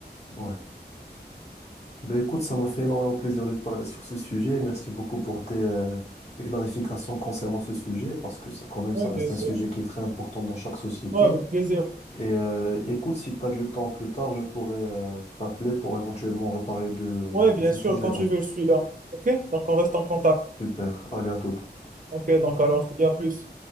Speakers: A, on the left; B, on the right.
A: Ouais. Ben écoute, ça m'a fait énormément plaisir de te parler sur ce sujet. Merci beaucoup pour tes, euh, tes clarifications concernant ce sujet, parce que ça, quand même,
B: Oui,
A: ça reste
B: bien sûr.
A: un sujet qui est très important dans chaque société.
B: Oui, avec plaisir.
A: Et euh, écoute, si tu as du temps plus tard, je pourrais euh, t'appeler pour éventuellement reparler de,
B: Oui, bien
A: de ce
B: sûr,
A: sujet-là.
B: quand tu veux, je suis là. OK? Donc, on reste en contact.
A: Super. Allez, à toute.
B: OK, donc alors, je te dis à plus.